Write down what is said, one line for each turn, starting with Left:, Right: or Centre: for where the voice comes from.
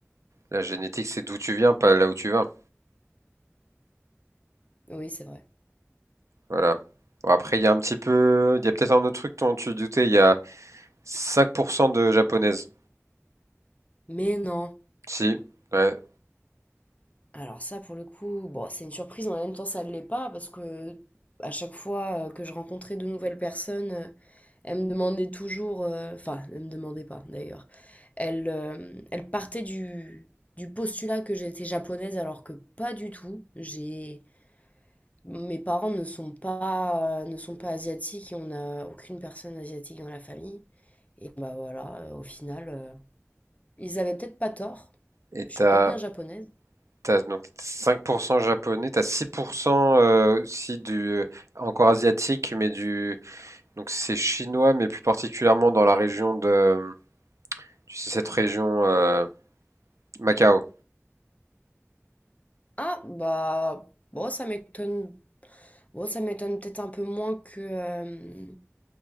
Right: la génétique, c'est d'où tu viens, pas là où tu vas.
Left: Oui, c'est vrai.
Right: Voilà. Bon, après, il y a un petit peu, il y a peut-être un autre truc dont tu doutais, il y a 5% de japonaises.
Left: Mais non.
Right: Si, ouais.
Left: Alors ça, pour le coup, bon, c'est une surprise, mais en même temps, ça ne l'est pas, parce que à chaque fois euh, que je rencontrais de nouvelles personnes, euh, elles me demandaient toujours, euh, enfin, ne me demandaient pas d'ailleurs, elles, euh, elles partaient du, du postulat que j'étais japonaise, alors que pas du tout. J'ai, mes parents ne sont pas, euh, ne sont pas asiatiques et on n'a aucune personne asiatique dans la famille. Et bah voilà, euh, au final, euh, ils avaient peut-être pas tort.
Right: Et
Left: Je
Right: t'as,
Left: suis peut-être bien japonaise,
Right: t'as donc 5% japonais, t'as 6% euh, aussi du, euh, encore asiatique, mais du, donc c'est chinois, mais plus particulièrement dans la région de, tu sais, cette région, euh, Macao.
Left: Ah, bah, bon, ça m'étonne. Bon, ça m'étonne peut-être un peu moins que. euh,